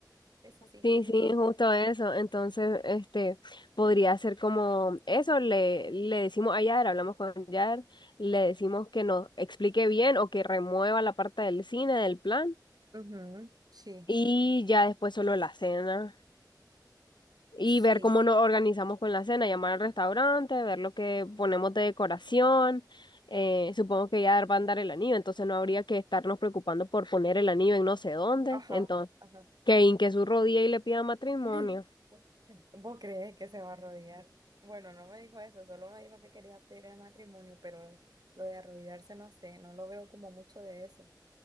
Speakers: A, on the right; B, on the left.
A: Eso sí,
B: Sí,
A: eso
B: sí,
A: sí.
B: justo eso. Entonces, este, podría ser como eso, le, le decimos a Yar, hablamos con Yar, le decimos que nos explique bien o que remueva la parte del cine del plan
A: Ujú, Sí,
B: y ya después solo la cena. y
A: sí,
B: ver cómo nos organizamos con la cena, llamar al restaurante, ver lo que ponemos de decoración. eh, supongo que ya van a dar el anillo, entonces no habría que estarnos preocupando por poner el anillo en no sé dónde.
A: ajá,
B: Entonces,
A: ajá.
B: que hinque su rodilla y le pida matrimonio.
A: <laughs> ¿Vos crees que se va a arrodillar? Bueno, no me dijo eso, solo me dijo que quería pedir el matrimonio, pero lo de arrodillarse no sé, no lo veo como mucho de eso.